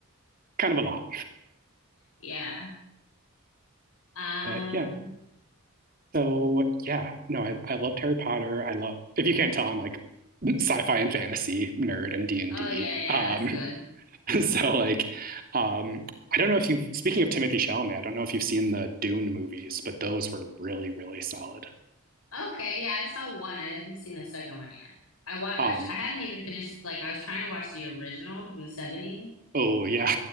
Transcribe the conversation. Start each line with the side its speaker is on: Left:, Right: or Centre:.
Right: kind of a lot.
Left: Yeah. Um,
Right: But yeah. So yeah, no, I, I loved Harry Potter. I love if you can't tell, I'm like sci-fi and fantasy nerd and D&D.
Left: oh yeah, yeah,
Right: Um
Left: that's good.
Right: <laughs> so like um I don't know if you've speaking of Timothy Chalamet, I don't know if you've seen the Dune movies, but those were really, really solid.
Left: Okay, yeah, I saw one. I haven't seen the second one yet. I wa
Right: Um,
Left: I, sh I haven't even finished like I was trying to watch the original from the 70s,
Right: Oh yeah.